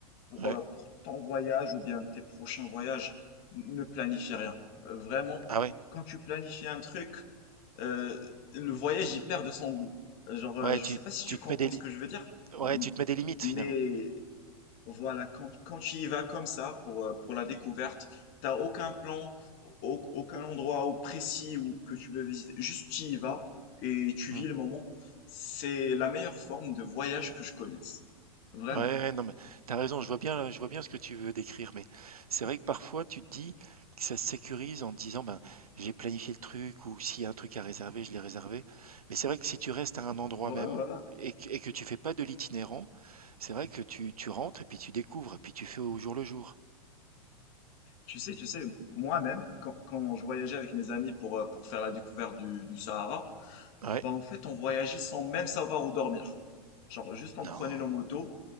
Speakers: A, on the left (about 45°); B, on the right (about 85°).
A: pour,
B: Ouais.
A: euh, pour ton voyage ou bien tes prochains voyages, ne planifie rien. Euh, vraiment,
B: Ah ouais.
A: quand tu planifies un truc, euh, le voyage il perd de son goût. Euh, Genre, euh,
B: Ouais,
A: je
B: tu,
A: sais pas si
B: tu
A: tu comprends
B: te mets des, li-
A: ce que je veux dire,
B: ouais,
A: m-
B: tu te mets des limites
A: mais
B: finalement.
A: voilà, quand, quand tu y vas comme ça pour, euh, pour la découverte, t'as aucun plan, au- aucun endroit ou précis ou que tu veux visiter, juste tu y vas et tu
B: Hmm.
A: vis le moment. C'est la meilleure forme de voyage que je connaisse. Vraiment.
B: Ouais, ouais, non, mais t'as raison, je vois bien, je vois bien ce que tu veux décrire, mais c'est vrai que parfois tu te dis que ça se sécurise en te disant ben j'ai planifié le truc ou s'il y a un truc à réserver, je l'ai réservé. Mais c'est vrai que si tu restes à un endroit
A: Ouais,
B: même
A: voilà.
B: et que, et que tu fais pas de l'itinérant, c'est vrai que tu, tu rentres et puis tu découvres et puis tu fais au jour le jour.
A: Tu sais, tu sais, moi-même, quand, quand je voyageais avec mes amis pour, euh, pour faire la découverte du, du Sahara,
B: Ouais.
A: bah en fait, on voyageait sans même savoir où dormir. Genre, juste on prenait
B: Non,
A: nos motos,